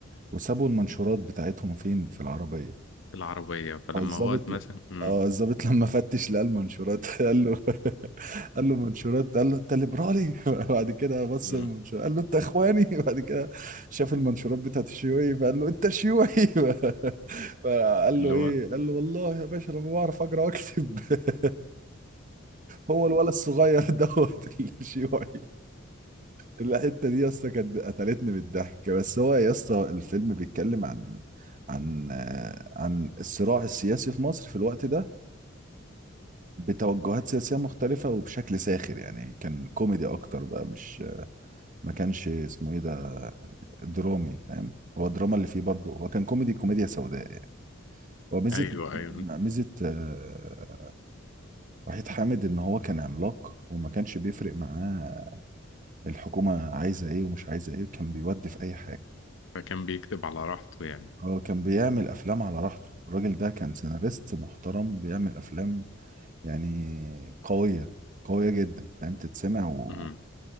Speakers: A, on the right; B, on the left.
A: وسابوا المنشورات بتاعتهم فين في العربية
B: العربية فلما
A: فالظابط
B: هو اتمسك
A: ل-
B: امم
A: اه الظابط <laughs> لما فتش لقى المنشورات <laughs> قال له قال له منشورات قال له انت ليبرالي <laughs> بعد كده بص
B: <laughs>
A: المنشورات قال له انت اخواني <laughs> بعد كده شاف المنشورات بتاعت الشيوعي
B: <laughs>
A: فقال له انت شيوعي <laughs> فقال
B: اللي
A: له ايه
B: هو
A: قال له والله يا باشا انا ما بعرف اقرا واكتب <laughs> هو الولد الصغير دوت <laughs> الشيوعي الحته دي يا اسطى كانت قتلتني بالضحك بس هو يا اسطى الفيلم بيتكلم عن عن آه، عن الصراع السياسي في مصر في الوقت ده بتوجهات سياسيه مختلفه وبشكل ساخر يعني كان كوميدي اكتر بقى مش ما كانش اسمه ايه ده درامي فاهم هو الدراما اللي فيه برضه هو كان كوميدي كوميديا سوداء يعني هو ميزه
B: ايوه ايوه
A: ميزه آه، وحيد حامد ان هو كان عملاق وما كانش بيفرق معاه الحكومة عايزة ايه ومش عايزة ايه كان بيودي في اي حاجة
B: فكان بيكتب على راحته يعني
A: هو كان بيعمل افلام على راحته الراجل ده كان سيناريست محترم بيعمل افلام يعني قوية قوية جدا فاهم تتسمع و...
B: مم.